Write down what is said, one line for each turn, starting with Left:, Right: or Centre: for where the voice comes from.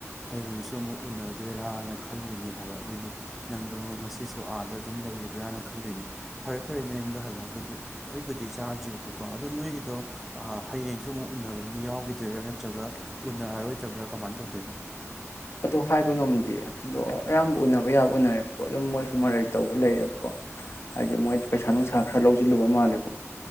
Centre: ꯍꯌꯦꯡꯁꯨ ꯑꯃꯨꯛ ꯎꯅꯗꯣꯏꯔꯥꯅ ꯈꯜꯂꯨꯏꯅꯦ ꯍꯥꯏꯕ ꯑꯗꯨꯒꯤ ꯅꯪꯗꯣ ꯉꯁꯨ ꯑꯥꯗ ꯑꯗꯨꯝ ꯂꯩꯔꯤꯕ꯭ꯔꯥꯅ ꯈꯜꯂꯨꯏꯅꯦ ꯐꯔꯦ ꯐꯔꯦ ꯅ ꯌꯨꯝꯗ ꯍꯜꯂꯛꯑꯕꯨꯗꯤ ꯑꯩꯕꯨꯗꯤ ꯆꯥꯗ꯭ꯔꯤꯑꯕꯀꯣ ꯑꯗꯣ ꯅꯣꯏꯒꯤꯗꯣ ꯍꯌꯦꯡꯁꯨ ꯑꯃꯨꯛ ꯎꯅꯕ ꯃꯤ ꯌꯥꯎꯈꯤꯗꯣꯏꯔꯥ ꯅꯠꯇ꯭ꯔꯒ ꯎꯅꯔꯔꯣꯏꯗꯕ꯭ꯔꯥ ꯀꯃꯥꯏꯅ ꯇꯧꯗꯣꯏꯅꯣ
Left: ꯑꯗꯨ ꯍꯥꯏꯕ ꯉꯝꯗꯦ ꯑꯗꯣ ꯑꯌꯥꯝꯕ ꯎꯅꯕ ꯌꯥꯕ ꯎꯅꯔꯦꯕꯀꯣ ꯑꯗꯨꯝ ꯃꯣꯏꯁꯨ ꯃꯔꯩ ꯇꯧꯕ ꯂꯩꯔꯦꯕꯀꯣ ꯍꯥꯏꯗꯤ ꯃꯣꯏ ꯄꯩꯁꯥ ꯅꯨꯡꯁꯥ ꯈꯔ ꯂꯧꯁꯤꯜꯂꯨꯕ ꯃꯥꯜꯂꯦꯕꯀꯣ